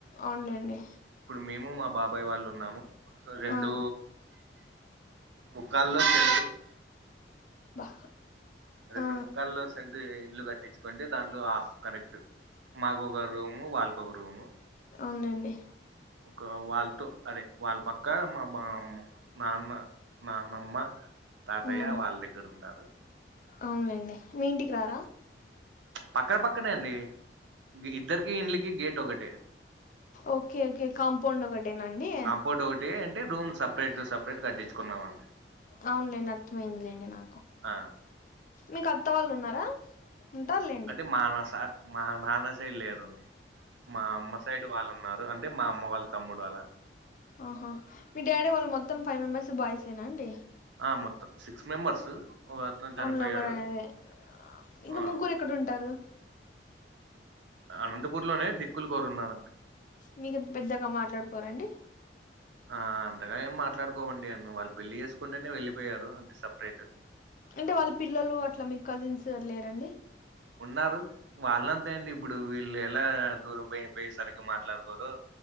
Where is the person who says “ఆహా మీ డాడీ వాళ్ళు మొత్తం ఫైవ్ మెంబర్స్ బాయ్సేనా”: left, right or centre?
Left